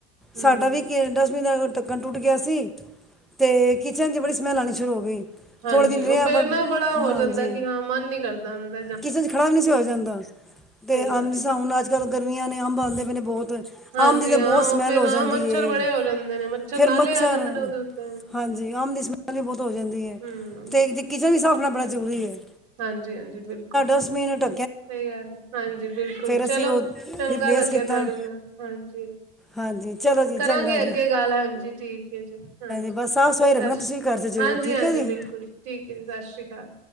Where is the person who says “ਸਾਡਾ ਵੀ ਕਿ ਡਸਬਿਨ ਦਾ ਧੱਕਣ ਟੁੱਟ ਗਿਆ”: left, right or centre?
Centre